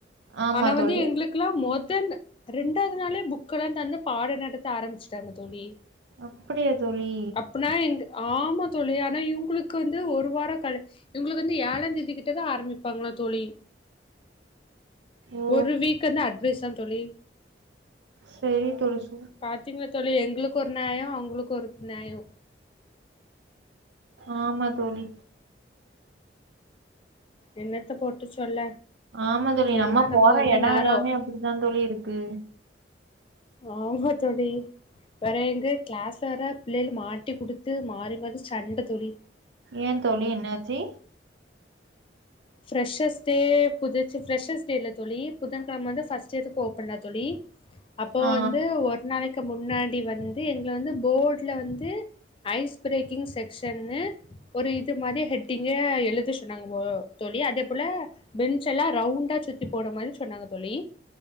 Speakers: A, on the right (about 75°); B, on the left (about 30°).
A: ஆமா
B: ஆனா
A: தோழி
B: வந்து எங்களுக் குலா மொதன் ரெண்டாவது நாளே புக்க எல்லா தந்து பாட நடத்த ஆரம்பிச்சுட்டாங்க தோழி
A: அப்படியா தோழி
B: அப்பனா எங்க் ஆமா தோழி ஆனா இவங்களுக் கு வந்து ஒரு வார கழ இவங்களுக்கு வந்து ஏழா தேதி கிட்டதா ஆரம்பிப்பாங்களா தோழி
A: ஓ
B: ஒரு வீக் வந்து அட்வைஸா தோழி
A: சரி தோழிச்
B: பாத்தீங்களா தோழி எங்களுக்கு ஒரு நியாயோ அவங்களுக்கு ஒரு நியாயோ
A: ஆமா தோழி
B: என்னத்த போட்டு சொல்ல
A: ஆமா தோழி நம்ம
B: எல்லாம்
A: போற
B: வந்து
A: எடொ
B: நேரோ
A: எல்லாமே அப்டித்தா தோழி இருக்கு
B: ஆம தோழி வேற எங்க கிளாஸ்ல வெர பிள்ளைகள் மாட்டி கொடுத்து மாறி மாறி சண்ட தோழி
A: ஏ தோழி என்னாச்சி
B: ஃப்ஷ்ஷர்ஸ் டே புதுச்சு ஃப்ஷ்ஷர்ஸ் டே இல்ல தோழி புதன்கெழம வந்து ஃபஸ்ட் இயர்ஸுக்கு ஓப்பனா தோழி அப்போ
A: ஆ
B: வந்து ஒரு நாளைக்கு முன்னாடி வந்து எங்கள வந்து போட்ல வந்து ஐஸ் பிரேக்கிங் செக்ஷன்னு ஒரு இது மாரி ஹெட்டிங்க எழுத சொன்னாங்க போ தோழி அதே போல பென்ச் எல்லா ரவுண்டா சுத்தி போட மாரி சொன்னாங்க தோழி